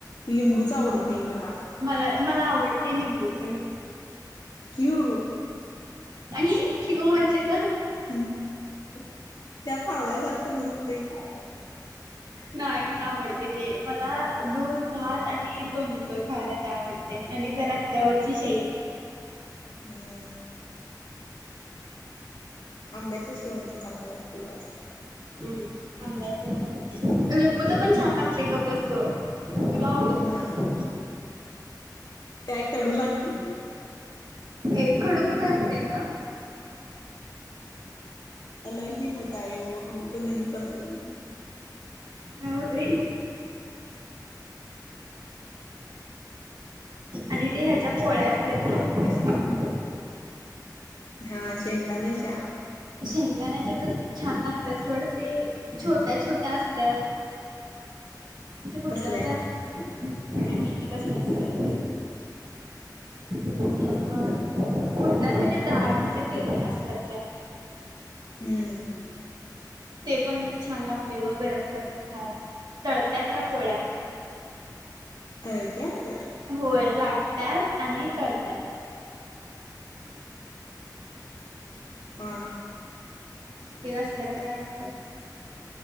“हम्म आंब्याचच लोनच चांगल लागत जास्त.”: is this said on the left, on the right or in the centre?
Left